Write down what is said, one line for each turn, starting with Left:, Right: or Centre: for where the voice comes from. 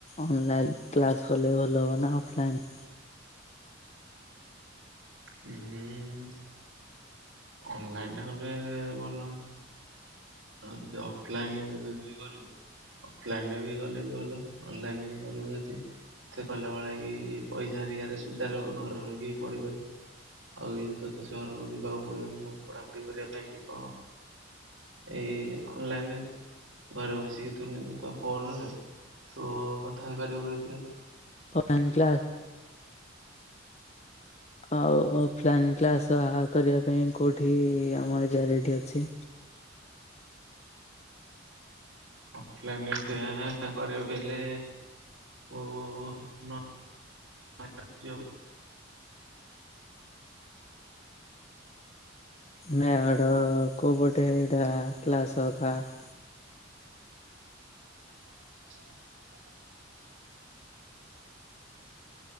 Left: ଅନଲାଇଲ୍ କ୍ଲାସ କଲେ ଭଲ ହବ ନା ଅଫଲାଇନ?
Right: ଉଁ- ଅନଲାଇନ ଟା କଲେ ଭଲ ହୁଅନ୍ତା। ହଉ ଯଦି ଅଫଲାଇନିିଦି କରିବୁ ଅଫଲାଇନରେ କଲେ ବି ଭଲ ଅନଲାଇନ କରିବୁ ଯଦି ମତେ କଲା ବଳେ କି ପଇସା ହେରିକା ରେ ସୁବିଧାର ହେବ ଘର ରହିକି ପଢିପାରିବୁ। ଆଉ ଇଏ ତତେ ସହରକୁ ଯିବାକୁ ପଡିବନି ପଢ଼ାପଢି କରିବା ପାଇଁ କି କଣ। ଏଇ ଅନଲାଇନ ରେ। ଘରେ ବସିକି ଥୁନି ତ ଫୋନରେ ତୁ କଥା ହେଇପାରିବୁ ଏଥିରେ।
Left: ଲାଇନ କ୍ଲାସ ଆଉ ଅଫଲାଇନ କ୍ଲାସ କରିବା ପାଇଁ କୋଉଠି ଆମ ଏରିଆ ରେଡି ଅଛି।
Right: ଅଫଲାଇନ କରିବାକୁ ହେଲେ ଓ ଓ ଓ ନ <unintelligible> ଯିବାକୁ।
Left: ନଡ କୋପଟେ ଏଇଟା କ୍ଲାସ ହ <unintelligible>
Right: <inaudible>